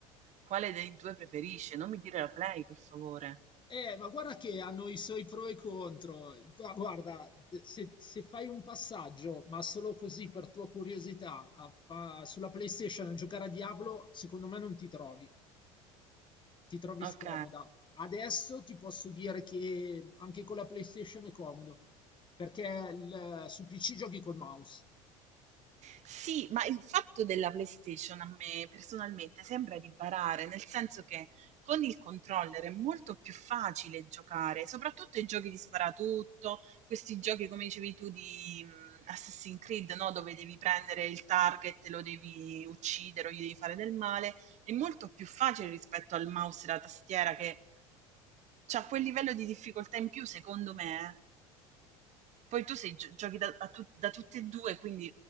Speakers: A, on the right; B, on the left.
A: quale dei due preferisci. Non mi dire la Play, per favore.
B: Eh, ma guarda che hanno i suoi pro e contro. Ma guarda, se, se fai un passaggio, ma solo così per tua curiosità, a fa- sulla PlayStation a giocare a Diablo, secondo me non ti trovi. ti trovi scomoda.
A: Ok.
B: Adesso ti posso dire che anche con la PlayStation è comodo, perché il- su PC giochi col mouse.
A: Sì, ma il fatto della PlayStation a me personalmente sembra di barare, nel senso che con il controller è molto più facile giocare, soprattutto i giochi di sparatutto, questi giochi come dicevi tu di mh, Assassin's Creed, no? Dove devi prendere il target, lo devi uccidere o gli devi fare del male, è molto più facile rispetto al mouse e alla tastiera che ha quel livello di difficoltà in più, secondo me. eh. Poi tu sei gio giochi da a tu da tutte e 2, quindi